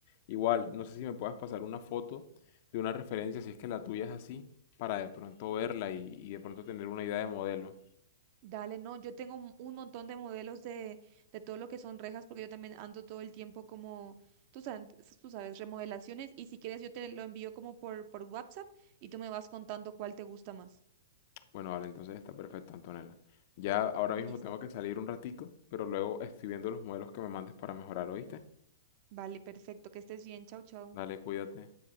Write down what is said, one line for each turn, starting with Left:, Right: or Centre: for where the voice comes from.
Left: Igual, no sé si me puedas pasar una foto de una referencia, si es que la tuya es así, para de pronto verla y, y de pronto tener una idea de modelo.
Right: Dale, no, yo tengo un un montón de modelos de, de todo lo que son rejas, porque yo también ando todo el tiempo como, tú sabes, tú sabes, remodelaciones, y si quieres yo te lo envío como por, por WhatsApp y tú me vas contando cuál te gusta más.
Left: Bueno, vale, entonces está perfecto, Antonella. Ya ahora
Right: Listo.
Left: mismo tengo que salir un ratico, pero luego estoy viendo los modelos que me mandes para mejorar, ¿oíste?
Right: Vale, perfecto, que estés bien, chao, chao.
Left: Dale, cuídate.